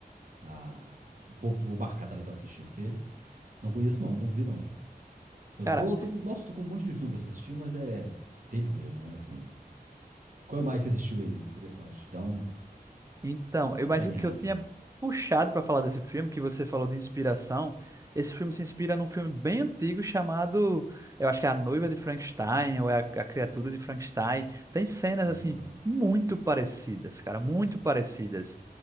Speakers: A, on the right; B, on the right.
A: Ah, vou, vou marcar também pra assistir, porque não conheço, não, não vi, não. Eu
B: Cara,
A: tô, tô, nossa, tô com um monte de filme pra assistir, mas é tempo mesmo, né? Assim, qual mais você assistiu aí? Interessante. Dá um,
B: Então, eu,
A: um
B: mas
A: apanhado
B: o que eu tinha
A: aí.
B: puxado para falar desse filme, que você falou de inspiração, esse filme se inspira num filme bem antigo chamado, eu acho que é A Noiva de Frankenstein, ou é a, a Criatura de Frankenstein. Tem cenas,
A: Hum.
B: assim, muito parecidas, cara, muito parecidas,